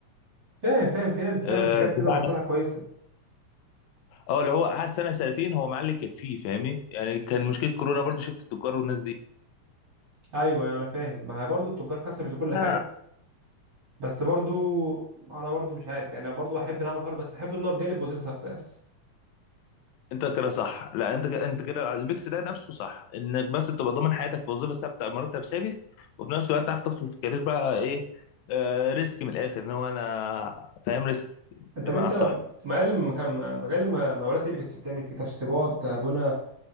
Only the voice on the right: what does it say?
فاهم فاهم في ناس بتعمل
حاجات كده
مصالح كويسة
ايوه يعني انا فاهم ما هي برضه التجار كسبت وكل حاجة
بس برضه انا برضه مش عارف يعني برضه احب العمل الحر بس احب ان هو بجانب وظيفة ثابتة يعني
انت
طب انت
مجال مكان مجال الم- المقاولات ايه اللي كنت بتعمل فيه تشطيبات بنا